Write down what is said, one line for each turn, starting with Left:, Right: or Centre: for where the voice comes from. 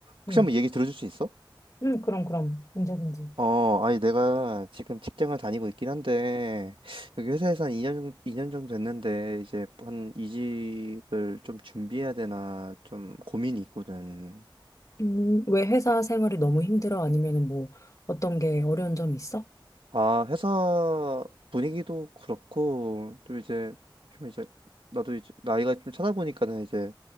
Right: 혹시
Left: 응,
Right: 한번 얘기 들어줄 수 있어?
Left: 응, 그럼, 그럼. 언제든지.
Right: 어, 아니, 내가 지금 직장을 다니고 있긴 한데, 여기 회사에서 한 2년, 2년 정도 됐는데, 이제 한 이직을 좀 준비해야 되나 좀 고민이 있거든.
Left: 음, 왜 회사 생활이 너무 힘들어? 아니면은 뭐 어떤 게 어려운 점이 있어?
Right: 아, 회사 분위기도 그렇고, 또 이제, 좀 이제, 나도 이제, 나이가 좀 차다 보니까는 이제,